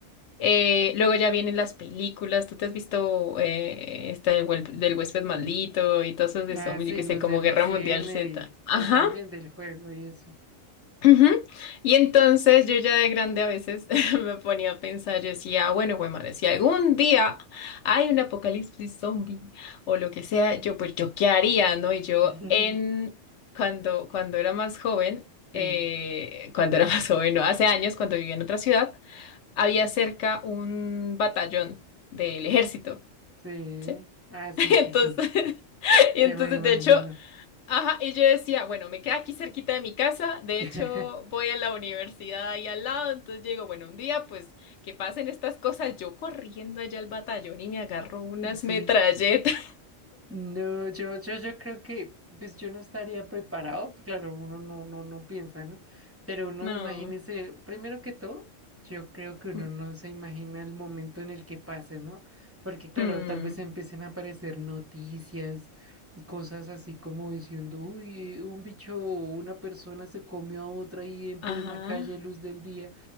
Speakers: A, on the left; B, on the right.
A: eh, luego ya vienen las películas. Tú te has visto eh, esta del, huel- del huésped maldito y todas esas de
B: Ah,
A: zombies,
B: sí,
A: yo qué
B: los
A: sé, como
B: de Resident
A: Guerra Mundial Z.
B: Evil,
A: Ajá.
B: eh, también del juego y eso.
A: Ujú. Y entonces yo ya de grande a veces <laughs> me ponía a pensar, yo decía, "Ah, bueno, güey, madre, si algún día hay un apocalipsis zombie o lo que sea, yo pues yo qué haría, ¿no? Y yo
B: <laughs>
A: en cuando cuando era más joven,
B: Sí,
A: eh, cuando era <laughs> más joven, no, hace años cuando vivía en otra ciudad, había cerca un batallón del ejército,
B: sí.
A: ¿sí?
B: Ah,
A: <laughs>
B: sí,
A: Entonces
B: sí, sí.
A: <laughs>
B: Ya
A: y entonces,
B: me imagino.
A: de hecho, Ajá, y yo decía, bueno, me queda aquí cerquita de mi casa, de
B: <laughs>
A: hecho voy a la universidad ahí al lado, entonces yo digo, bueno, un día pues que pasen estas cosas, yo corriendo allá al batallón y me agarro unas
B: Sí.
A: metralletas. <laughs>
B: No, yo, yo, yo creo que, pues yo no estaría preparado, pues, claro, uno no, no, no piensa, ¿no? Pero uno,
A: No.
B: imagínese, primero que todo, yo creo que uno
A: Mm,
B: no se imagina el momento en el que pase, ¿no? Porque claro,
A: mm.
B: tal vez empiecen a aparecer noticias, cosas así como diciendo, uy, un bicho o una persona se comió a otra ahí en plena
A: Ajá,
B: calle, luz del día.